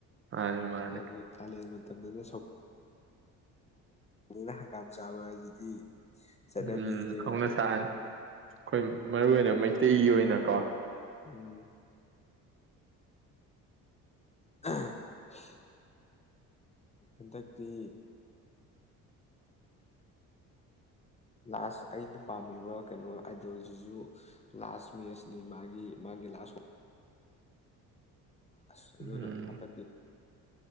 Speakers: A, on the right; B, on the left.
A: ꯃꯥꯅꯦ ꯃꯥꯅꯦ
B: ꯍꯥꯏ ꯀꯥꯂꯦꯟ ꯃꯇꯝꯗꯅ ꯁ ꯑꯩꯅ ꯍꯪꯒꯥꯝ ꯆꯥꯕ ꯍꯥꯏꯁꯤꯗꯤ ꯆꯠꯅꯕꯤꯅꯦꯕ
A: ꯎꯝ ꯍꯧꯅ ꯁꯅꯤ ꯑꯩꯈꯣꯏ ꯃꯔꯨꯏ ꯑꯣꯏꯅ ꯃꯩ ꯅꯨꯡꯇꯤꯒꯤ ꯑꯣꯏꯅꯀꯣ
B: ꯎꯝ <inaudible> ꯍꯟꯗꯛꯇꯤ ꯂꯥꯁ ꯑꯩꯅ ꯄꯥꯝꯃꯤꯕ ꯀꯩꯅꯣ ꯑꯥꯏꯗꯤꯣꯂꯣꯖꯤꯁꯨ ꯂꯥꯁ ꯃꯦꯁꯅꯤ ꯃꯥꯒꯤ ꯃꯥꯒꯤ ꯂꯥꯁ ꯑ ꯑꯗꯨꯅ
A: ꯎꯝ
B: ꯍꯠꯇꯄꯤ